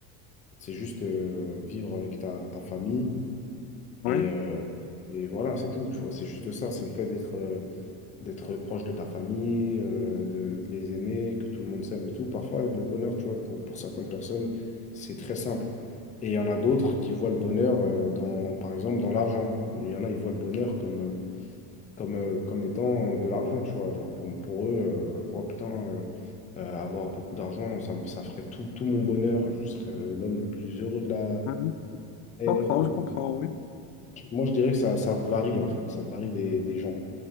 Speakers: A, on the left; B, on the left.
A: c'est juste euh, vivre avec ta, ta famille.
B: Oui,
A: Et, euh, et voilà, c'est tout, tu vois. C'est juste ça, c'est le fait d'être, euh, d'être proche de ta famille, euh, de, de les aimer, que tout le monde s'aime et tout. Parfois, le bonheur, tu vois, pour, pour certaines personnes, c'est très simple. Et il y en a d'autres qui voient le bonheur euh, dans, par exemple, dans l'argent. Il y en a, ils voient le bonheur comme, euh, comme, euh, comme étant euh, de l'argent, tu vois. Genre, pour, pour eux, euh, oh putain, euh, euh, avoir beaucoup d'argent, ça, me- ça ferait tout, tout mon bonheur. Je serais le- l'homme le plus heureux de la
B: Mhm. Je
A: terre.
B: comprends,
A: ou-
B: je comprends,
A: ou-
B: oui.
A: Moi, je dirais que ça, ça varie, en fait. Ça varie des, des gens.